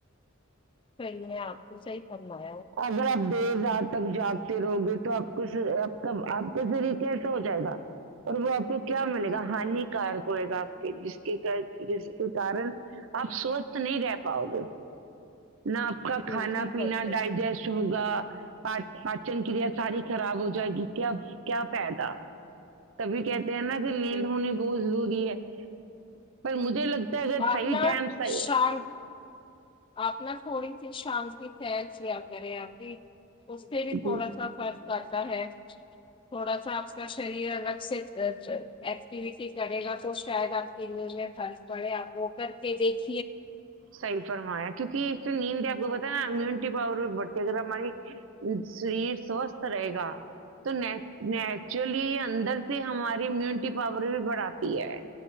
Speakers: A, on the left; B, on the right.
A: صحی نہیں آپ کو صحیح کرناات
B: عضرب دزات تک جاگتے رہو گے تو آپ کو آپ کا آپ کا شری کیسا ہو جائے گا اور وہ آپ کو کیا ملے گا ہانیکارک ہوئے گا آپ کے جس کے جس کے کارن آپ سوستھ نہیں رہ پاؤ گے نہ آپ کا کھانا
A: جی جی
B: پینا
A: کر سکتی
B: ہوگا پاچن کریا ساری خراب ہو جائے گی کیا کیا پائدا تبھی کہتے سا کے نیند
A: ہوں۔
B: ہونے بہت ضرور بھی ہے پر مجھے لگتا ہے اگر
A: آنا
B: صحیح ٹائم صحیح
A: شان آنا تھوڑی سی شان سل سیا کرے آپ بھی اس سے
B: ہے
A: بھی تھوڑا
B: جی
A: سا خرچ آتا ہے تھوڑا سا آپ کا شریر الگ سے ایکٹیویٹی کرے گا تو شاید آپ کی میںھر پڑے آپ ر کر کے دیکھ
B: صحی فرمایا کیونکہ سے نیند آپ کو بت ہے نا امیونٹی پاور بھی بڑھتی ہے اگر ہماری شریر سوستھ رہے گا گ تو ن نیچرلی اندر سے ہماری امیونٹی پاور بھی بڑھاتی ہے